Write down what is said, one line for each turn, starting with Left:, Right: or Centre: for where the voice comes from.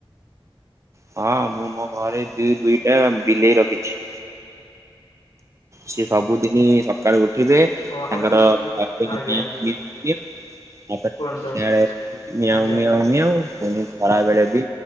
Right: ହଁ ମୁଁ ମୋ ଘରେ ଦିଇ ଦୁଇଟା ବିଲେଇ ରଖିଛି। ସେ ସବୁଦିନ ସକାଳୁ ଉଠିବେ
Left: ଓ ଆପଣ
Right: ତାଙ୍କର--ପ୍ରତ୍ୟେକ
Left: ସେମିତି ଆଜ୍ଞା
Right: ଦିନ ମିଲ୍କ ଦିଏ ଆପଣ
Left: କୁହନ୍ତୁ
Right: ନିଆ
Left: ଆଜ୍ଞା
Right: ମ ମଉ ବ <unintelligible> ଖରା ବେଳେ ବି